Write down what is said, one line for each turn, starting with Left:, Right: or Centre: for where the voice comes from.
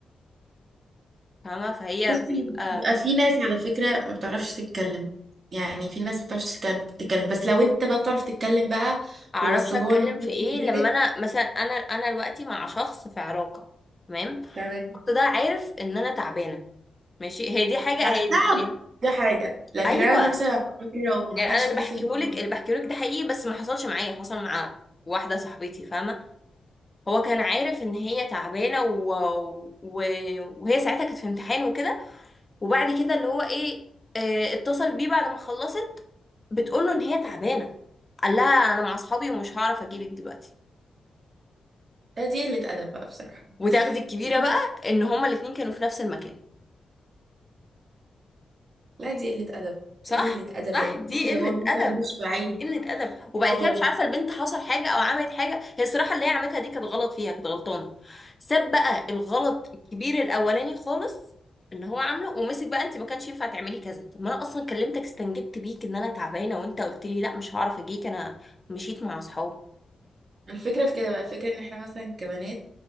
Left: فاهمه فهي
Right: بصي
Left: بيبقى
Right: بيبقى في ناس على فكره ما بتعرفش تتكلم يعني في ناس ما بتعرفش تتكلم تتكلم. بس لو انت بقى بتعرف تتكلم بقى
Left: اعرفش
Right: بس
Left: اتكلم
Right: هو المتكلم
Left: في ايه
Right: مزاجك
Left: لما انا مثلا انا انا دلوقتي مع شخص في علاقه تمام
Right: تمام
Left: الشخص ده عارف ان انا تعبانه ماشي هي دي حاجه
Right: لا
Left: هي دي
Right: تعب
Left: يعني
Right: ده حاجه لكن
Left: ايوه
Right: انا مثلا لو ما
Left: يعني
Right: حدش
Left: انا اللي
Right: اتصل
Left: بحكيهولك
Right: بيا
Left: اللي بحكيهولك ده حقيقي بس ما حصلش معايا حصل مع واحده صاحبتي فاهمه هو كان عارف ان هي تعبانه و... و... وهي ساعتها كانت في امتحان وكده وبعد كده اللي هو ايه آه، اتصل بيه بعد ما خلصت بتقول له ان هي تعبانه قال لها انا مع اصحابي ومش هعرف اجيلك دلوقتي
Right: لا دي قله ادب بقى بصراحه
Left: وتاخدي الكبيرة
Right: دي-
Left: بقى ان هما الاتنين كانوا في نفس المكان
Right: لا دي قله ادب
Left: صح؟
Right: قله ادب
Left: صح
Right: يعني
Left: دي
Right: حتى لو
Left: قلة
Right: هو مثلا
Left: أدب
Right: مش بعيد
Left: قلة أدب وبعد
Right: اه
Left: كده مش عارفة البنت حصل حاجة أو عملت حاجة هي الصراحة اللي هي عملتها دي كانت غلط فيها كانت غلطانة ساب بقى الغلط الكبير الأولاني خالص اللي هو عامله ومسك بقى انت ما كانش ينفع تعملي كذا طب ما انا اصلا كلمتك استنجدت بيك ان انا تعبانه وانت قلت لي لا مش هعرف اجيك انا مشيت مع اصحابي
Right: الفكرة في كده بقى الفكرة ان احنا مثلا كبنات